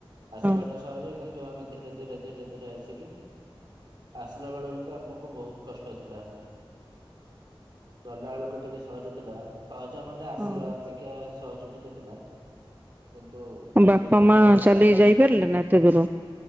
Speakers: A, on the right; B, on the right.
A: ଆସିବାଟା
B: ହଁ
A: ସହଜ କିନ୍ତୁ ଆମେ ଧୀରେ ଧୀରେ ଧୀରେ ଧୀରେ ଆସିଲୁ। ଆସିଲା ବେଳକୁ ତ ଆମକୁ ବହୁତ କଷ୍ଟ ଥିଲା। ଗଲା ବେଳକୁ ଟିକେ ସହଜ ଥିଲା ସହଜ ମାନେ
B: ହଁ
A: ଥିବା ଅପେକ୍ଷା ସହଜ ଟିକେ ଥିଲା। କିନ୍ତୁ
B: ବାପା
A: ରିଟର୍ଣ
B: ମା
A: କରିବା
B: ଚାଲିକି
A: ଟା ବହୁତ
B: ଯାଇପାରିଲେ
A: କଷ୍ଟ।
B: ନା ଏତେ ଦୂର?